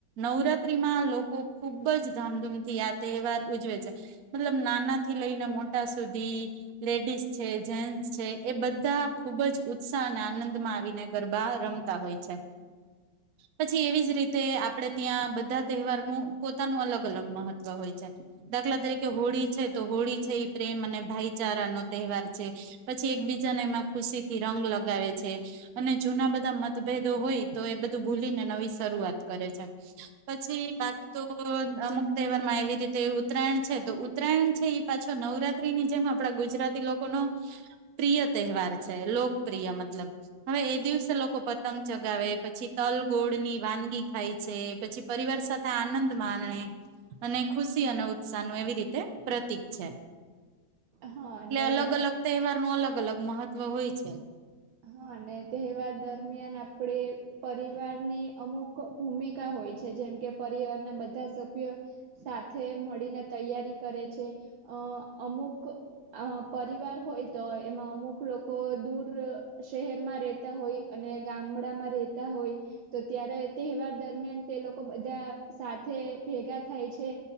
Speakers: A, on the right (about 65°); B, on the right (about 85°).
A: નવરાત્રીમાં લોકો ખૂબ જ ધામધૂમ થી આ તહેવાર ઉજવે છે. મતલબ, નાના થી લઈને મોટા સુધી, લેડીઝ છે, જેન્ટસ છે, એ બધા ખુબ જ ઉત્સાહ અને આનંદમાં આવીને ગરબા રમતા હોય છે. પછી એવી જ રીતે, આપડે ત્યાં બધા તહેવારનું પોતાનું અલગ- અલગ મહત્વ હોય છે. દાખલા તરીકે, હોળી છે, તો હોળી છે ઈ પ્રેમ અને ભાઈચારા નો તહેવાર છે, પછી એકબીજાને એમાં ખુશીથી રંગ લગાવે છે, અને જૂના બધા મતભેદો હોય તો એ બધું ભૂલીને નવી શરૂઆત કરે છે. પછી બાકી તો અમુક તહેવારમાં એવી રીતે ઉત્તરાયણ છે, તો ઉત્તરાયણ છે, ઈ પાછો નવરાત્રીની જેમ આપડા ગુજરાતી લોકોનો પ્રિય તહેવાર છે, લોકપ્રિય મતલબ. હવે એ દિવસે લોકો પતંગ ચગાવે પછી તલ ગોળની વાનગી ખાય છે, પછી પરિવાર સાથે આનંદ માણે અને ખુશી અને ઉત્સાહ નો એવી રીતે પ્રતીક છે.
B: હા અને
A: લે અલગ-અલગ તેહવારનું અલગ અલગ મહત્વ હોય છે.
B: હા, અને તહેવાર દરમિયાન આપડે પરિવ વારની અમુક ભૂમિ કા હોય છે, જેમ કે પરિવારના બધા સભ્યો સાથે મળીને તૈયારી કરે છે. અહ અમુક અહ પરિવાર હોય તો એમાં અમુક લોકો દૂર શહેરમાં રહેતા હોય અને ગામડામાં રહેતા હોય તો ત્યારે તહેવાર દરમિયાન તે લોકો બધા સાથે ભેગા થાય છે.